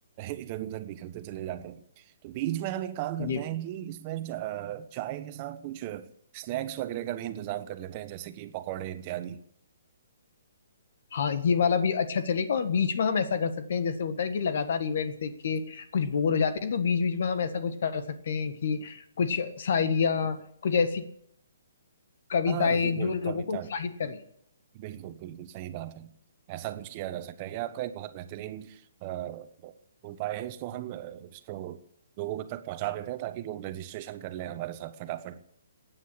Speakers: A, on the right; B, on the left.
A: इधर उधर बिखरते चले जाते हैं तो बीच में हम एक काम करते
B: ये
A: हैं कि इसमें चा, अ, चाय के साथ कुछ स्नैक्स वगैरह का भी इंतजाम कर लेते हैं जैसे कि पकौड़े इत्यादि
B: हाँ ये वाला भी अच्छा चलेगा और बीच में हम ऐसा कर सकते हैं जैसे होता है कि लगातार इवेंट्स देख के कुछ बोर हो जाते हैं तो बीच बीच में हम ऐसा कुछ कर सकते हैं कि कुछ शायरिया कुछ ऐसी कविताएं
A: हाँ बिल्कुल
B: जो लोगों
A: कविता
B: को उत्साहित करें
A: बिल्कुल बिल्कुल सही बात है ऐसा कुछ किया जा सकता है ये आपका एक बहुत बेहतरीन अ, उपाय है इसको हम अ, इसको लोगों तक पहुंचा देते हैं ताकि लोग रजिस्ट्रेशन कर लें हमारे साथ फटाफट